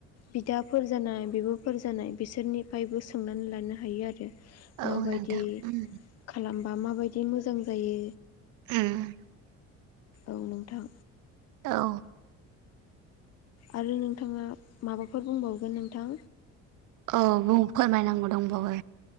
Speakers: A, on the left; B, on the right.
A: बिदाफोर जानाय बिब फोर जानाय बिसोरनिफ्रायबो सोंनानै लानो हायो आरो
B: औ
A: माबायदि
B: नोंथां उम
A: खालामबा माबायदि मोजां जायो।
B: ओम
A: औ नोंथां
B: औ
A: आरो नोंथांङा माबाफोर बुंबावगोन नोंथां।
B: औ बुं फोरमायनांगौ दंबावो